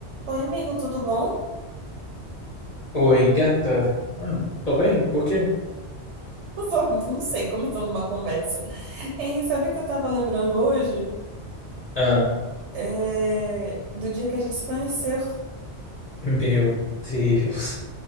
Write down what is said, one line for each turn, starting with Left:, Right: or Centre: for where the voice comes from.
Right: Oi, amigo, tudo bom?
Left: Oi, gata. Ah, tô bem, por quê?
Right: <laughs> Só que Não sei, começando uma conversa. E sabe o que eu tava lembrando hoje?
Left: Ah,
Right: É, do dia que a gente se conheceu.
Left: meu Deus.